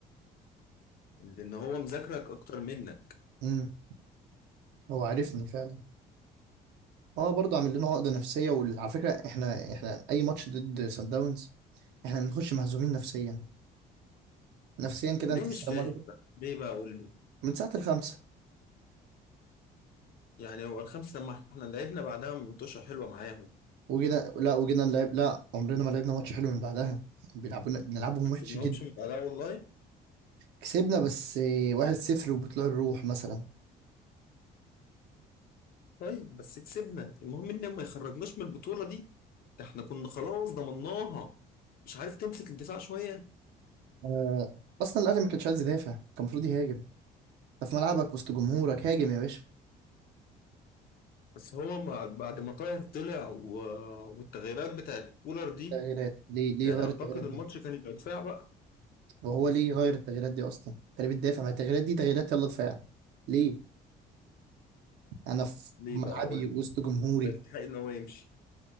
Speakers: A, on the left; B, on the right.
A: لأن هو مذاكرك أكتر منك
B: امم هو عارفني فعلا هو برضه عامل لنا عقده نفسيه وعلى فكره احنا احنا اي ماتش ضد سان داونز احنا بنخش مهزومين نفسيا نفسيا كده
A: ليه
B: انت
A: مش
B: السلام
A: فاهم
B: عليكم
A: بقى ليه بقى قول لي
B: من ساعه الخمسه
A: يعني هو الخمسة لما إحنا لعبنا بعدها منتوشة حلوة معاهم
B: وجينا لا وجينا نلعب لا عمرنا ما لعبنا ماتش حلو من بعدها بيلعبونا بنلعبهم
A: ما كسبناهمش
B: وحش
A: من بعدها والله
B: كسبنا بس واحد صفر وبطلوع الروح مثلا
A: طيب بس كسبنا المهم ان ما يخرجناش من البطولة دي ده احنا كنا خلاص ضمناها مش عارف تمسك الدفاع شوية
B: آه، اصلا الاهلي ما كانش عايز يدافع كان المفروض يهاجم انت في ملعبك وسط جمهورك هاجم يا باشا
A: بس هو مع- بعد ما طاهر طلع و... والتغييرات بتاعت كولر دي
B: تغييرات ليه ليه
A: يعني
B: غير
A: اعتقد
B: التغييرات دي
A: الماتش كان يبقى دفاع بقى
B: وهو ليه غير التغييرات دي اصلا انت ليه بتدافع ما التغييرات دي تغييرات يلا دفاع ليه انا في
A: ليه
B: ملعبي
A: بقى قول
B: وسط
A: لي
B: جمهوري
A: يبقى يستحق ان هو يمشي